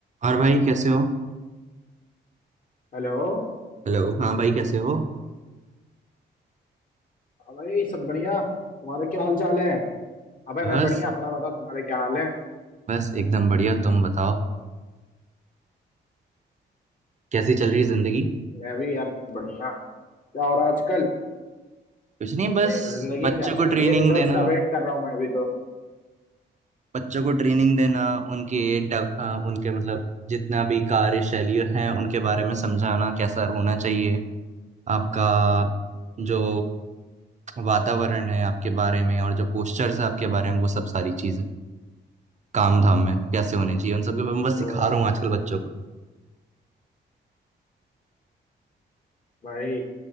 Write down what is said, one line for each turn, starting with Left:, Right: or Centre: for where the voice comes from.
Right: और भाई कैसे हो
Left: Hello
Right: हेलो हाँ भाई कैसे हो
Left: हाँ भाई सब बढ़िया तुम्हारे क्या हाल चाल है अबे
Right: बस
Left: मैं बढ़िया अपना बता तुम्हारे क्या हाल है
Right: बस एकदम बढ़िया तुम बताओ कैसी चल रही है जिंदगी
Left: मैं भी यार बढ़िया क्या हो रहा है आजकल
Right: कुछ नहीं बस
Left: अरे जिंदगी
Right: बच्चों
Left: क्या
Right: को
Left: चल
Right: ट्रेनिंग
Left: रही है रिजल्ट
Right: देना
Left: से अवेट कर रहा हूँ मैं अभी तो
Right: बच्चों को ट्रेनिंग देना उनके डेव- अ, उनके मतलब जितना भी कार्यशैली है उनके बारे में समझाना कैसा होना चाहिए आपका जो वातावरण है आपके बारे में और जो पोस्चर्स है आपके बारे में वो सब सारी चीजें काम धाम में कैसे होने चाहिए उन सब के बारे में बस
Left: तो
Right: सिखा रहा हूँ आजकल बच्चों को
Left: भाई